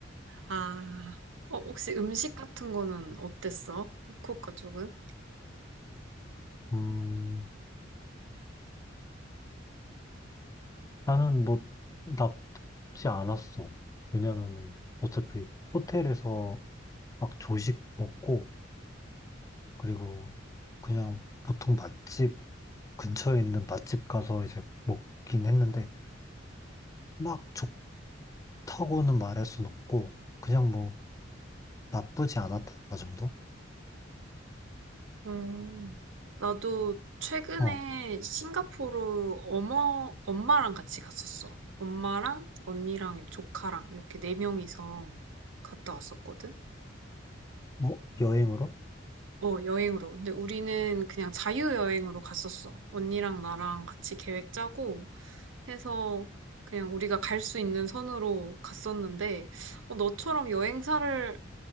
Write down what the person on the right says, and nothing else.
아, 어, 혹시 음식 같은 거는 어땠어? 후쿠오카 쪽은?
음, 나도 최근에
싱가포르 어머, 엄마랑 같이 갔었어. 엄마랑 언니랑 조카랑 이렇게 네 명이서 갔다 왔었거든.
어, 여행으로. 근데 우리는 그냥 자유여행으로 갔었어. 언니랑 나랑 같이 계획 짜고 해서 그냥 우리가 갈 수 있는 선으로 갔었는데 어, 너처럼 여행사를